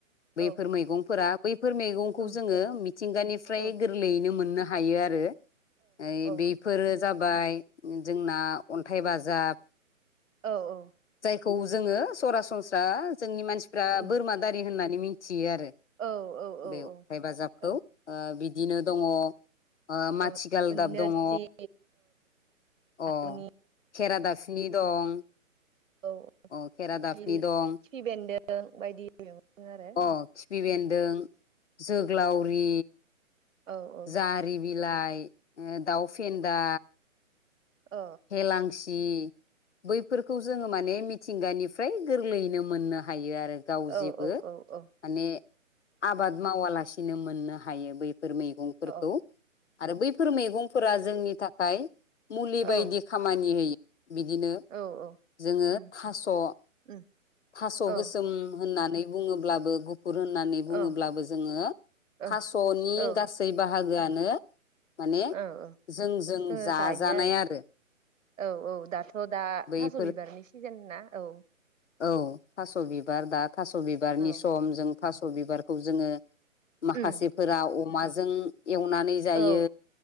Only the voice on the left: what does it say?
बैफोर
मैगंफोरा बैफोर मैगंखौ
जोङो मिथिंगानिफ्राय
गोरलैयैनो मोननो हायो आरो। ओ
बेफोरो जाबाय जोंना अन्थाइ बाजाब
खौ जोङो सरासनस्रा जोंनि मानसिफ्रा
बोरमा दारि होननानै मिन्थियो थियो आरो
बे अन्थाय बाजाबखौ
ओ बिदिनो दङ' ओ
माथिगालदाब
दङ' अ
खेरादाफिनि दं
अ खेरादाफिनि
दं
अ खिफि बेन्दों जोग्लावरि
जारि बिलाइ ओ दाउ फेन्दा
हेलांसि बैफोरखौ जोङो माने मिथिंगानिफ्राय गोरलैयैनो मोननो हायो आरो गाव
जेबो
माने आब बाद मावालासेनो मोननो हायो बैफोर मैगंफोरखौ
आरो बैफोर मैगं फोरा जोंनि थाखाय मुलि
बायदि खामानि होयो। बिदिनो
जोङो
थास'
थास'
गोसोम होननानै बुङोब्लाबो गु बुन होननानै बुङोब्लाबो
जोङो
थास'नि
गासै बाहागोआनो माने
जों जों
जाजानाय
आरो।
बैफोर
औ थास' बिबार दा थास' बिबारनि
सम जों थास' बिबारखौ जोङो माखासेफोरा
अमाजों एवनानै जायो